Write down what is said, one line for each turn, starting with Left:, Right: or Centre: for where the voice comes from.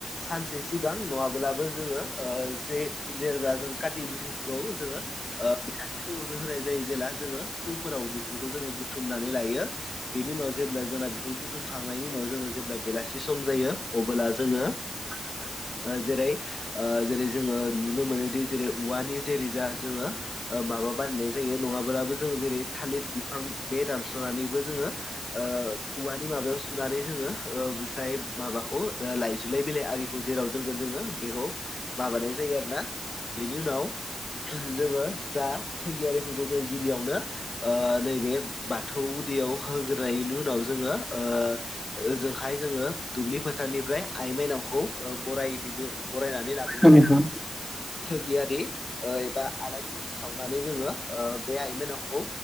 Left: सानसे सिगां नङाब्लाबो जोङो ओ जे जेेब्ला जों काति बिहुखौ जोङो ओ बेलासे समावसो होनाय जायो जेला जोङो फुंफोराव बेफोरखौ जोङो बुथुमनानै लायो बेनि उनाव जेब्ला जोंना बेफोर बुथुमखांनायनि उनाव जोङो जेब्ला बेलासि सम जायो अब्ला जोङो
Centre: <inaudible>
Left: जेरै ओ जेरै जोङो नुनो मोनोदि जेरै औवानि जेरै जा जोङो ओ माबा बानायनाय जायो नङाब्लाबो जों जेरै थालिर बिफां बे दानस'नानैबो जोङो ओ औवानि माबायाव सुनानै जोङो ओ जाय माबाखौ लाइजुलाय बिलाइ आरि खौ जेराव दोनगोन जोङो बेखौ माबानाय जायो आरोना बेनि उनाव जोङो जा थैगियारिफोरखौ जोङो गिबियावनो ओ नैबे बाथौ गुदियाव होग्रोनायनि उनाव जोङो ओ ओजोंहाय जोङो दुब्लि फोथारनिफ्राय आइ माइनावखौ बरायहैनो बरायनानै लाबो
Centre: औ नोंथां
Left: थागियारि एबा आलारि बाथि थि सावनानै जोङो बे आइमोननावखौ